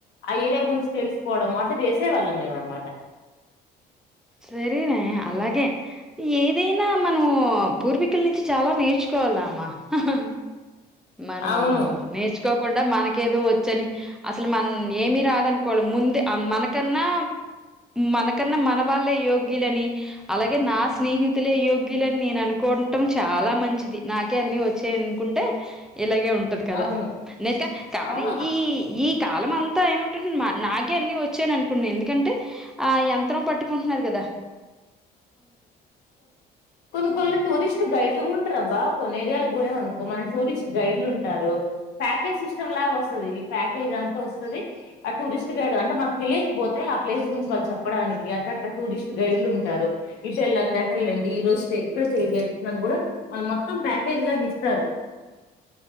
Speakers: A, on the left; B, in the centre.
A: ఆ ఏరియా గురించి తెలుసుకోవడం. అంత చేసేవాళ్ళం మేము అనమాట.
B: సరేనే అలాగే ఏ ఏదైనా మనము పూర్వీకుల నుంచి చాలా నేర్చుకోవాల అమ్మ ఆ మనము
A: అవును
B: తెచ్చుకో కుండా మనకేదో వచ్చని అసలు మన ఏమి రాదనుకోవడం ముందు మనకన్నా మనకన్నా మన వా యోగ్యులని అలాగే నా స్నేహితులే యోగ్యులని నేను అనుకోటం చాలా మంచిది. నాకే అన్ని వచ్చాయ అనుకుంటే, ఇలాగే ఉంటది కదా.
A: అవును
B: నేత కానీ
A: అవును
B: ఈ ఈ కాలం అంతా ఏమంటు నాకే అన్ని వచ్చాయని అనుకున్నా. ఎందుకంటే ఆ యంత్రం పట్టుకు న్నారు కదా
A: కొన్ కొన్ టూరిస్ట్ గైడ్లుగా ఉంటారుబ్బా. కొన్ని ఏరియాలో పోయామ అనుకో, మన టూరిస్ట్ గైడ్లు ఉంటారు. ప్యాకేజ్ సిస్టమ్ లాగా వస్తది. ఈ ప్యాకేజ్ అంత వస్తది ఆ టూరిస్ట్ గైడ్ అంటే మనకు తెలియకపోతే, ఆ ప్లేస్ గురించి వాళ్ళు చెప్పడానికి అట్లా అట్లా టూరిస్ట్ గైడ్లు ఉంటారు. ఇటల్ అండి అటల్ అండి ఈరోజు స్టే ఇక్కడ స్టే కూడా వాళ్ళు మొత్తం ప్యాకేజ్ లాగా ఇస్తారు